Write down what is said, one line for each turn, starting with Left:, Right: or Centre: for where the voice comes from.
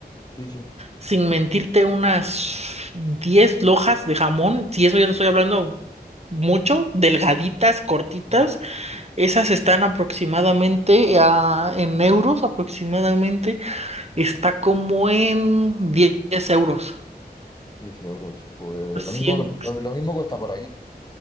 Left: Sí, sí,
Right: sin mentirte, unas 10 lojas de jamón. Si eso ya te estoy hablando. Mucho, delgaditas, cortitas,
Left: sí. sí.
Right: esas están aproximadamente a, en euros, aproximadamente está como en diez euros.
Left: 10 euros. Pues
Right: 100
Left: lo mismo que, lo mismo cuesta por aquí.